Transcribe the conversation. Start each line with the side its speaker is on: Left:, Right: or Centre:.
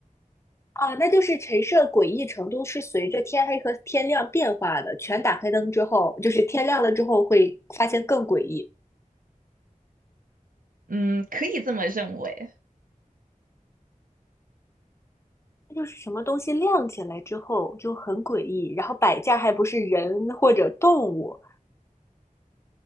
Left: 啊，那就是陈设诡异程度是随着天黑和天亮变化的。全打开灯之后，就是天亮了之后会发现更诡异。
Right: 嗯，可以这么认为。
Left: 那就是什么东西亮起来之后就很诡异，然后摆件还不是人或者动物，